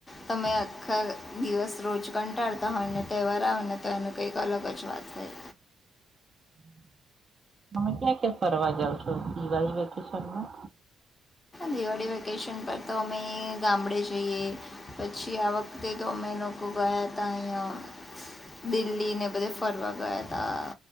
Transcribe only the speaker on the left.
તમે આખા દિવસ રોજ કંટાળતા હોય ને ત્યારે, તેહવાર આવે ને તો એનું કંઈક અલગ જ વાત હોય.
દિવાળી વેકેશન પર તો અમે ગામડે જઈએ પછી આ વખતે તો, અમે લોકો ગયા તા અહિયાં દિલ્હી ને બધે ફરવા ગયા તા